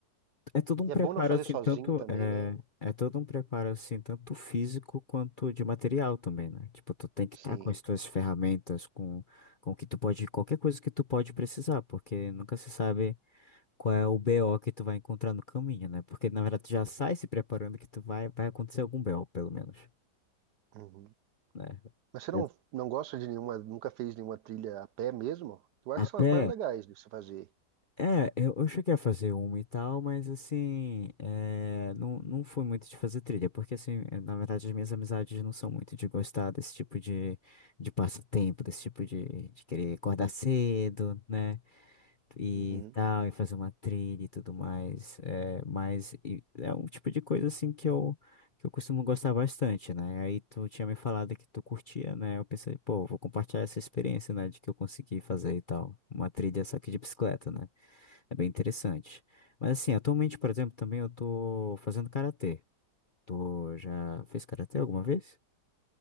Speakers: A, on the left; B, on the right.
A: É todo um
B: E
A: preparo
B: é bom não fazer
A: assim,
B: sozinho
A: tanto
B: também,
A: é,
B: né?
A: é todo um preparo assim, tanto físico quanto de material também, né? Tipo, tu tem que
B: Sim.
A: estar com as tuas ferramentas, com com o que tu pode, qualquer coisa que tu pode precisar, porque nunca se sabe qual é o BO que tu vai encontrar no caminho, né? Porque na verdade tu já sai se preparando que tu vai vai acontecer algum BO, pelo menos,
B: Uhum.
A: né?
B: Mas você não,
A: É,
B: não gosta de nenhuma, nunca fez nenhuma trilha a pé mesmo? Eu acho
A: A
B: que são
A: pé
B: as mais legais de se fazer.
A: É, eu, eu cheguei a fazer uma e tal, mas assim, é, não, não fui muito de fazer trilha, porque assim, eh, na verdade as minhas amizades não são muito de gostar desse tipo de, de passatempo, desse tipo de, de querer acordar cedo, né, e
B: Uhum.
A: tal, e fazer uma trilha e tudo mais, é, mas e- é um tipo de coisa assim que eu, que eu costumo gostar bastante, né, aí tu tinha me falado que tu curtia, né, eu pensei, pô, vou compartilhar essa experiência, né, de que eu consegui fazer e tal, uma trilha só que de bicicleta, né. É bem interessante. Mas assim, atualmente, por exemplo, também eu tô fazendo karatê. Tu já fez karatê alguma vez?